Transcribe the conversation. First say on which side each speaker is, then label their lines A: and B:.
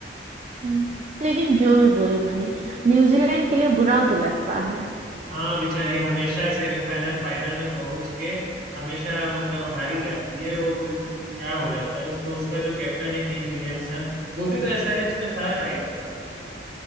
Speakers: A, on the right; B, on the right.
A: हम्म। लेकिन जो भी बोलो भाई न्यूजीलैंड के लिए बुरा तो लगता है
B: हाँ बेचारी हमेशा सेमीफाइनल फाइनल में पहुंच के हमेशा मतलब हारी जाती है वो कोई क्या हो जाता है उसको उसका जो कैप्टन है केन विलियमसन वो भी तो एसआरएच में था right?